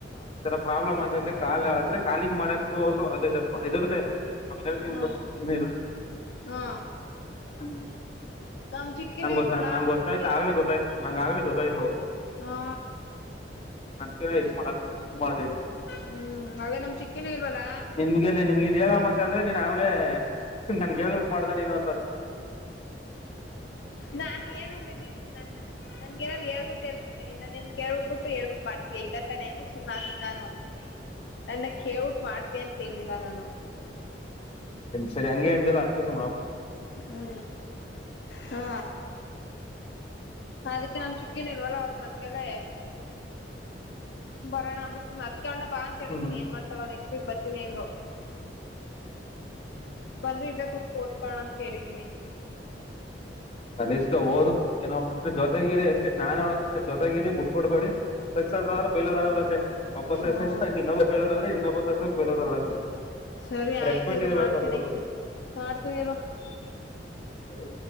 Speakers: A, on the left; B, on the left.
A: ಈ ತರ ಪ್ರಾಬ್ಲಮ್ ಆಯ್ತೈತೆ ಕಾ ಅಂದ್ರ ಕಿಂಗ ಮಾಡಕ್ ಹೋದ್ರು ಅದ ಇದುತ ಆಮೇಲೆ ಹೇಳ್ತೀನಿ
B: ಹಾ
A: ಬಿಡು ಇನ್ನು ಇಲ್ಲ
B: ಹಾ
A: ಹೂ
B: ನಮ್ ಚಿಕ್ಕಿನೂ
A: ನಂಗ್ ಗೊತ್ತಾ
B: ಇಲ್ವಲ್ಲ
A: ನಂಗ
B: ಅದಕ್ಕೆ
A: ಗೊತ್ತಾಯ್ತ ಆಗ್ಲೇ ಗೊತ್ತಾಯ್ತ ನಂಗ ಆಗ್ಲೇ ಗೊತ್ತಾಯ್ತು
B: ಹಾ
A: ಅದ್ಕೆ ಇದ್ನ ಮಾಡೋಕೆ ಇದ್ನ ಮಾಡಿನಿ
B: ಹ್ಮ್ ಅದೇ ನಮ್ ಚಿಕ್ಕಿನೂ ಇಲ್ವಲ್ಲ
A: ನಿನ್ಗೆಲ್ಲಿ ನಿನ್ಗ ಹೇಳಮ್ಮ ಅಂತ ಅಂದ್ರೆ ನೀನ್ ಆಲೇ ನನಗೆ ಹೇಳ್ಬಿಟ್ಟು ಮಾಡ್ದೆ ನೀನು
B: ನಾನು ಏನಂದಿನಿ ನ ನನ್ ಏನ್ ಹೇಳ್ಬಿಟ್ಟ ಹೇಳ್ನ್ ಕೇಳ್ಬಿಟ್ಟು ಹೇಳ್ಬಿು ಮಾಡ್ತಯ ಇಲ್ಲಾನೇ ಹೇಳ್ಬಿು್ ಆಗ ನಾನು ನನ್ನ ಕೇಔಟ್ ಮಾಡ್ತ ಅಂತೇಳಲಿಲ್ಲ ನಾನು
A: ಸರಿ ಹಂಗೆ ಅ ಎಂದಲ್ಲ ಹತ್ತುಸ
B: ಹೂ ಹಾ ಅದಕ್ಕೆ ನಮ ಚಿಕ್ಕೇನ್ ಇಲ್ವಲ್ಲ ಅವರು ಬಂದ್ಮೇಲೆ ಬರೋಣ ಬಿಡ್ ಕಣ ಬಾ ಅಂತ ಹೇಳಿದೀನಿ
A: ಹ್ಞೂ
B: ಏನ್ ಮಾಡ್ತಾಳೋ ನೆಕ್ಸ್ಟ್ ವೀಕ್ ಬರ್ತೀನಿ ಅಂದ್ಲು ಬಂದ್ರಿ ಇಲ್ಲ ಕುೂತ್ಕೋ ಓದಕೋಣ ಅಂತ ಹೇಳಿದೀನಿ
A: ಅದು ಎಷ್ಟೋ ಓದು ಏ ಜೊತೆಗಿರಿ ಅಷ್ಟೇ ನಾನ್ ಹೇಳೋದ ಅಷ್ಟೇ ಜೊತೆಗಿರಿ ಬಿುಟ್ ಕೊಡ್ಬೇಡಿ ಬೈಲರ್ ಆದ್ರ ಅಷ್ಟೇ ಒಬ್ಬ ಸೇಸ
B: ಹ್ಮ್
A: ಇನ್ನೊಬ ಬೈಲರ್ ಆದ್ರೆ ಇನ್ನೊಬ ಸಸೆಫೈಲರ್ ಆದ್ರ ಅಷ್ಟೇ
B: ಸರಿ ಆಯ್ತ
A: ರೆಸ್ಪೆಕ್ಟ್
B: ಇರು
A: ಇರಬೇಕು
B: ಮಾಡ್ತೀನಿ
A: ಅದ್ರ ಬಗ್ಗೆ
B: ಮಾಡ್ತೀನಿ ಇ
A: ಹೂ ಸರಿ